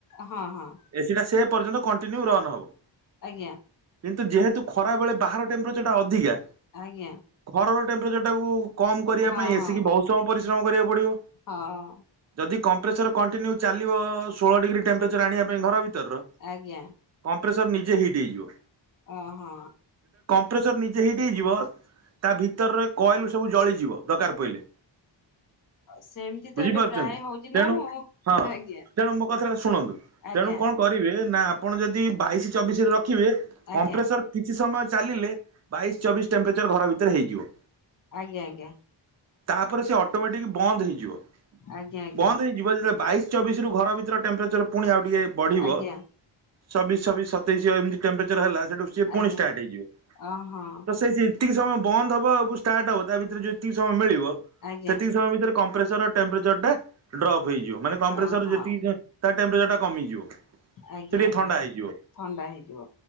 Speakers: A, on the left (about 45°); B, on the right (about 35°).
A: ହଁ ହଁ
B: ଏ ସି ଟା ସେ ପର୍ଯ୍ୟନ୍ତ କ ନ୍ତୁ ରନ ହବ।
A: ଆଜ୍ଞା।
B: କିନ୍ତୁ ଯେହେତୁ ଖରାବେଳେ ବାହାର ଟେମ୍ପ୍ରେଚର ଟା ଅଧିକା
A: ଆଜ୍ଞା।
B: ଘର ଟେମ୍ପ୍ରେଚର ଟାକୁ କମ କରିଆ
A: ହଁ
B: ପାଇଁ ଏ
A: ହଁ
B: ସି କି ବହୁତ ସମୟ ପରି ଶ୍ରମ କରିଆକୁ ପଡ଼ିବ।
A: ହଁ
B: ଯଦି କମ୍ପ୍ରେଚର କଣ୍ଟିନ୍ୟୁ ଚାଲିବ ଷୋହଳ ଡିଗ୍ରୀ ଟେମ୍ପ୍ରେଚର ଆଣିଆ ପାଇଁ ଘର ଭି ତର ର କ
A: ଆଜ୍ଞା
B: କଂପ୍ରେସର ନିଜେ ହିଟ ହେଇଯିବ।
A: ଓ ହଁ।
B: କଂପ୍ରେସର ନିଜେ ହିଟ ହେଇଯିବ ତା ଭିତର ର କଏଲ ସବୁ ଜଳିଯିବ ଦରକାର ପଇଲେ।
A: ସେମିତି ତ
B: ବୁଝିପାରୁଛନ୍ତି
A: ଏବେ ପ୍ରାୟ ହଉଛି ନା
B: ତେଣୁ
A: ମୁଁ
B: ହଁ
A: ଆଜ୍ଞା
B: ତେଣୁ ମୋ କଥାଟା ଶୁଣନ୍ତୁ
A: ଆଜ୍ଞା
B: ତେଣୁ କଣ କରିବେ ନା ଆପଣ ଯଦି ବାଇଶି ଚବିଶିରେ ର ଖିବେ
A: ଆଜ୍ଞା
B: କମ୍ପ୍ରେସର କିଛି ସମୟ ଚାଲିଲେ ବାଇଶି ଚବିଶି ଟେମ୍ପ୍ରେଚର ଘର ଭି ତରେ ହେଇଯିବ।
A: ଆଜ୍ଞା ଆଜ୍ଞା।
B: ତାପରେ ସେ ଅଟୋମେଟିକି ବନ୍ଦ ହେଇଯିବ।
A: ଆଜ୍ଞା
B: ବନ୍ଦ ହେଇଯିବ ଯେତେବେଳେ ବାଇଶି ଚବିଶି ରୁ ଘର ଭିତର ଟେମ୍ପ୍ରେଚର ପୁଣି ଆଉ ଟିକେ ବଢିବ
A: ଆଜ୍ଞା ଆଜ୍ଞା
B: ଚବିଶି ଛବିଶି ସତେଇଶି ଆଉ ଏମତି ଟେମ୍ପ୍ରେଚର ହେଲା ସେଠୁ ସିଏ ପୁଣି
A: ଆଜ୍ଞା
B: ଷ୍ଟାର୍ଟ ହେଇଯିବ।
A: ଓହଁ
B: ତ ସେଇ ଯେତିକି ସମୟ ବନ୍ଦ ହବ ଆକୁ ଷ୍ଟାର୍ଟ ହବ ତା ଭିତରେ ଯେତିକି ସମୟ ମିଳିବ
A: ଆଜ୍ଞା
B: ସେତିକି ସମୟ ଭିତରେ କମ୍ପ୍ରେସର ଟେମ୍ପ୍ରେଚର ଟେମ୍ପରେଚର ଡ୍ରପ୍ ହେଇଯିବ ମାନେ କମ୍ପ୍ରେସର
A: ଓହଁ
B: ଯେତିକି ତା ଟେମ୍ପରେଚର ଟା କମିଯିବ
A: ଆଜ୍ଞା
B: ସେ ଟିକେ
A: ଆଜ୍ଞା
B: ଥଣ୍ଡା ହେଇଯିବ
A: ଥଣ୍ଡା ହେଇଯିବ।